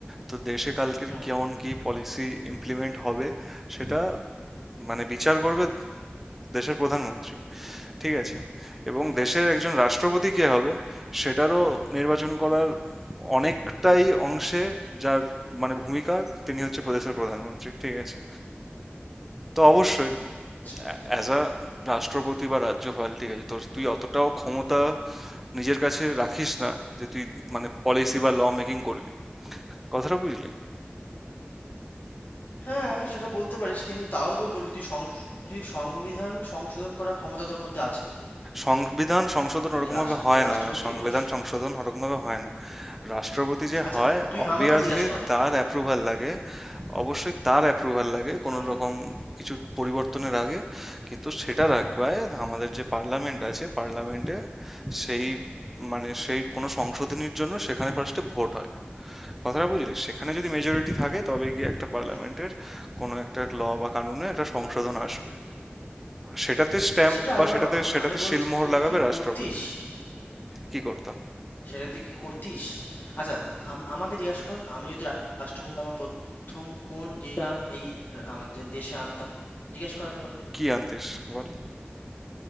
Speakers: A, in the centre; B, on the left.
A: তো দেশে কালকের
B: হুম
A: কেমন কি পলিসি ইমপ্লিমেন্ট হবে সেটা মানে বিচার করবে দেশের প্রধানমন্ত্রী ঠিক আছে এবং দেশের
B: আচ্ছা
A: একজন রাষ্ট্রপতি কে হবে সেটারও নির্বাচন করার অনেকটাই অংশে যার মানে ভূমিকা তিনি হচ্ছে প্রদেশের প্রধানমন্ত্রী ঠিক আছে তো অবশ্যই
B: হুম আচ্ছা
A: অ্যাজ আ রাষ্ট্রপতি বা রাজ্যপাল ঠিক আছে তোর তুই অতটাও ক্ষমতা নিজের কাছে রাখিস না যে তুই মানে পলিসি বা ল মেকিং করবি কথাটা বুঝলি
B: হ্যাঁ, সেটা বলতে পারিস। কিন্তু তাও তো বলবি তুই সংস তুই সংবিধান সংশোধন করার ক্ষমতা তোর মধ্যে আছে।
A: সংবিধান সংশোধন
B: যদি
A: ওরকম
B: রাষ
A: ভাবে হয়
B: যে রাষ্ট্রপতি
A: না সংবিধান
B: হোস
A: সংশোধন ওরকম ভাবে হয় না রাষ্ট্রপতি যে
B: আচ্ছা,
A: হয়
B: তুই
A: অবভিয়াসলি
B: আমাকে জিজ্ঞাসা কর
A: তার অ্যাপ্রুভাল লাগে অবশ্যই তার অ্যাপ্রুভাল লাগে কোনো
B: হুম,
A: রকম কিছু পরিবর্তনের আগে কিন্তু সেটা রাখবায় আমাদের যে পার্লামেন্ট আছে পার্লামেন্টে সেই মানে সেই কোনো সংশোধনীর জন্য সেখানে ফার্স্টে ভোট হয় কথাটা বুঝলি সেখানে যদি মেজরিটি থাকে তবে গিয়ে একটা পার্লামেন্টের
B: হুম।
A: কোনো একটা ল বা কানুনে একটা সংশোধন আসবে সেটাতে স্ট্যাম্প
B: সেটা
A: বা
B: আলাদা
A: সেটাতে
B: কথা।
A: সেটাতে
B: আমি বলছি
A: সিলমোহর
B: তুই
A: লাগাবে
B: কি
A: রাষ্ট্রপতি
B: করতিস?
A: কি করতাম
B: সেটা তুই কি করতিস? আচ্ছা, আম আমাকে জিজ্ঞাসা কর আমি যদি রা- রাষ্ট্রপতি হতাম ১ম কোন জিনিসটা এই আ আমাদের দেশে আনতাম? জিজ্ঞেস কর একবার।
A: কি আনতিস বল